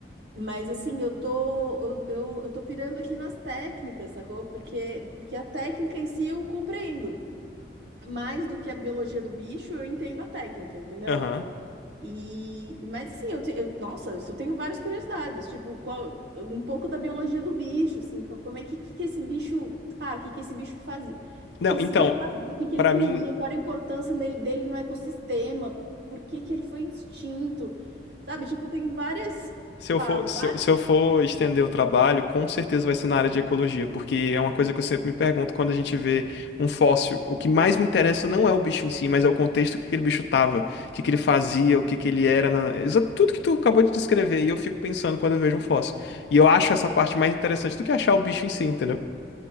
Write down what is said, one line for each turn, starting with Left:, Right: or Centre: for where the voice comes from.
Right: Mas assim, eu tô, eu, eu, eu tô pirando aqui nas técnicas, sacou? Porque, porque a técnica em si eu compreendo. mais do que a biologia do bicho, eu entendo a técnica, entendeu?
Left: Aham.
Right: E mas assim, eu, te- eu- nossa, isso eu tenho várias curiosidades, tipo, qual um pouco da biologia do bicho, assim, co- como é que, que que esse bicho, cara, que que esse bicho fazia?
Left: Não,
Right: Que esse
Left: então,
Right: bicho fazia, o que que
Left: pra
Right: ele comia,
Left: mim
Right: qual era a importância nele- dele no ecossistema, por que que ele foi extinto? Sabe, tipo, tem várias
Left: Se eu
Right: pá,
Left: for,
Right: várias-
Left: se eu, se eu for estender o trabalho, com certeza vai ser na área de ecologia, porque é uma coisa que eu sempre me pergunto quando a gente vê um fóssil. O que mais me interessa não é o bicho em si, mas é o contexto que aquele bicho tava, o que que ele fazia, o que que ele era, na... exa- tudo que tu acabou de descrever. E eu fico pensando quando eu vejo um fóssil. E eu acho essa parte mais interessante do que achar o bicho em si, entendeu?